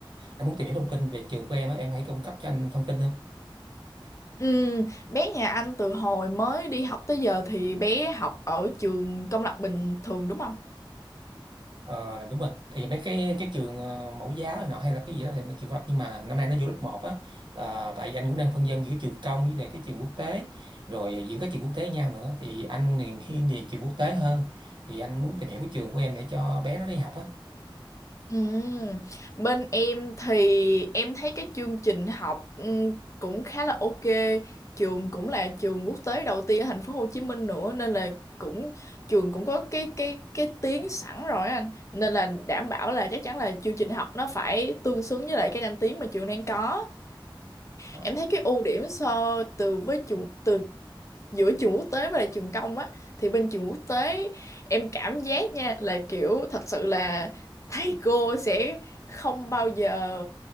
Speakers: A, on the right (about 60°); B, on the left (about 35°).
A: anh muốn tìm hiểu thông tin về trường của em á, em hãy cung cấp cho anh thông tin không?
B: Ừ, bé nhà anh từ hồi mới đi học tới giờ thì bé học ở trường công lập bình thường đúng không?
A: Ờ, đúng rồi thì mấy cái cái trường ờ, mẫu giáo này nọ hay là cái gì đó thì nó trường học nhưng mà năm nay nó vô lớp một á là tại vì anh cũng đang phân vân giữa trường công với lại cái trường quốc tế rồi giữa các trường quốc tế với nhau nữa thì anh thì thiên về trường quốc tế hơn thì anh muốn tìm hiểu cái trường của em để cho bé nó đi học á
B: Ừ, bên em thì em thấy cái chương trình học ừ, cũng khá là ok, trường cũng là trường quốc tế đầu tiên ở thành phố Hồ Chí Minh nữa nên là cũng trường cũng có cái cái cái tiếng sẵn rồi á anh nên là đảm bảo là chắc chắn là chương trình học nó phải tương xứng với lại cái danh tiếng mà trường đang có
A: Ờ.
B: em thấy cái ưu điểm so từ với trường từ giữa trường quốc tế và là trường công á thì bên trường quốc tế em cảm giác nha là kiểu thật sự là thầy cô sẽ không bao giờ